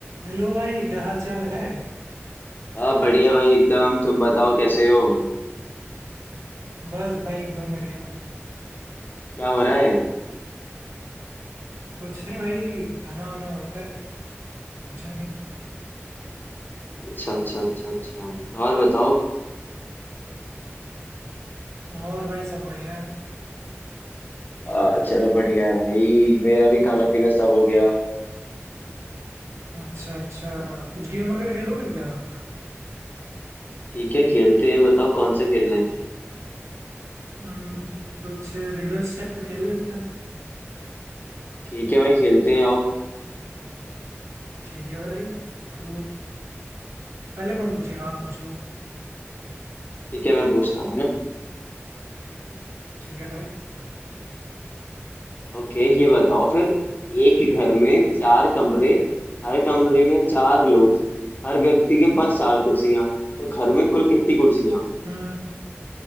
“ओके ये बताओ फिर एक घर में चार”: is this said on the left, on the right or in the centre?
Left